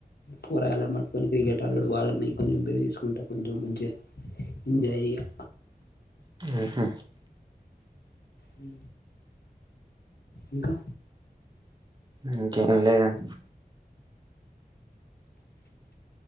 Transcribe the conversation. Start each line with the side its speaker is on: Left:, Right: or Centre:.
Left: పోరగాళ్ళని పట్టుకొని క్రికెట్ ఆడుడు వాళ్ళని కొంచెం బెదిరిచ్చుకుంటా కొంచెం మంచిగా ఎంజాయ్ జెయ్యా
Right: ఊహూ
Left: ఊ ఇంకా
Right: ఇంకేం లేదండి